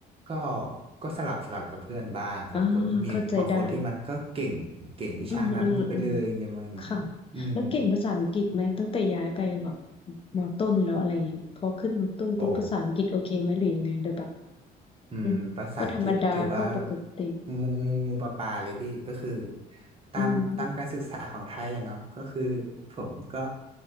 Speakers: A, on the right; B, on the left.
A: ก็ก็สลับสลับกับเพื่อนบ้างครับก็มีบางคนที่มันก็เก่งเก่งวิชานั้นไปเลยไงมัน
B: อ่าเข้าใจได้อืมอืมอืมค่ะ
A: อืม
B: แล้วเก่งภาษาอังกฤษไหมตั้งแต่ย้ายไปแบบมอต้นแล้วอะไรเงี้ยพอขึ้นมอต้นปุ๊บภาษาอังกฤษโอเคไหมหรือยังไงโดยแบบ
A: โอ้ อืมภาษาอังกฤษถือว่า
B: อืมก็ธรรมดาก็ปกติ
A: งูงูงูปลาปลาเลยพี่ก็คือตามตามการศึกษาของไทยอะเนาะก็คือผมก็
B: อืม